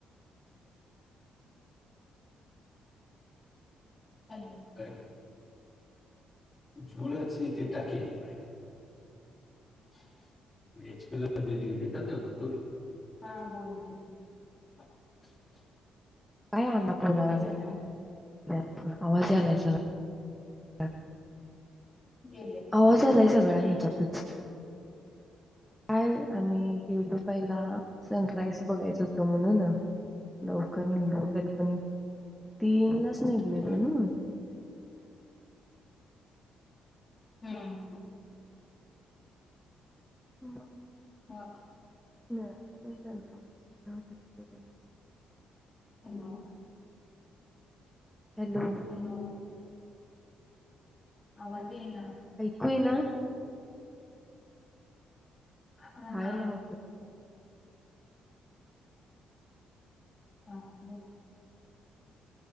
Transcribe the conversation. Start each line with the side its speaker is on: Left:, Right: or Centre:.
Left: हॅलो. <unintelligible> <inaudible> <unintelligible> ह बोल की <inaudible>
Centre: काय यांना बोलाय
Left: काय
Centre: लागल्यात
Left: झालं
Centre: आवाज आलाय सगळा
Left: गेले
Centre: आवाज आलाय सगळा हेच्यातच. काय आम्ही गेलो पहिला सनराईस बघायच हो त म्हणून लवकर निघलो तरी पण तीनलाच निघलेल
Left: हम्म
Centre: नव्ह.
Left: हम्.
Centre: म
Left: मक
Centre: मिळाला नाही <unintelligible>
Left: हॅलो
Centre: हॅलो
Left: हॅलो अवाज येईना.
Centre: ऐकू ना
Left: हा
Centre: काय
Left: नाही
Centre: मग
Left: हा बोल